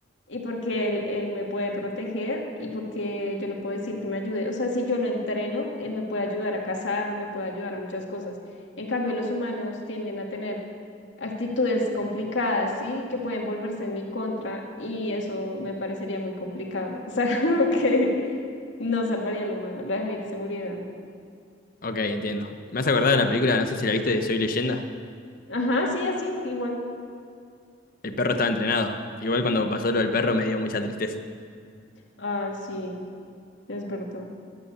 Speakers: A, on the left (about 80°); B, on the left (about 50°).
A: y porque él, él me puede proteger y porque yo le puedo decir que me ayude. O sea, si yo lo entreno, él me puede ayudar a cazar, me puede ayudar a muchas cosas. En cambio, los humanos tienden a tener actitudes complicadas, ¿sí? Que pueden volverse en mi contra y eso me parecería muy complicado. <laughs> O sea, como que no salvaría al humano, lo dejaría que se muriera.
B: ok, entiendo. Me has acordado de la película, no sé si la viste, de Soy Leyenda.
A: Ajá, sí, así, igual.
B: El perro estaba entrenado. Igual cuando pasó lo del perro me dio mucha tristeza.
A: Ah, sí, es verdad.